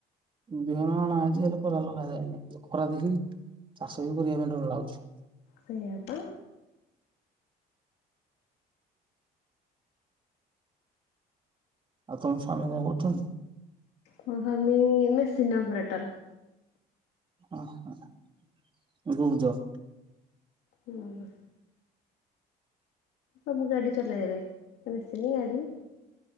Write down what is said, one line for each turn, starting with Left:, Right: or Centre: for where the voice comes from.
Right: ବିହନ ଆଣା ହେଇଚି ହେଲେ କରା ଲଗା ଯାଇନି ଯୋଉ ଖରା ଦେଖି ଚାଷ ବି କରିବା ପାଇଁ ଡର ଲାଗୁଚି।
Left: ସେଇଆ ପା।
Right: ଆଉ ତମ ସ୍ୱାମୀ କଁ କରୁଚନ୍ତି?
Left: ମୋ ସ୍ବାମୀ ମେସିନ୍ ଅପରେଟର୍।
Right: ଓହ ଗୁଡ୍ ଜବ୍।
Left: ହୁଁ। ସବୁ ଗାଡ଼ି ଚଲେଇଦେବେ ଏ ମେସିନି ଗାଡ଼ି।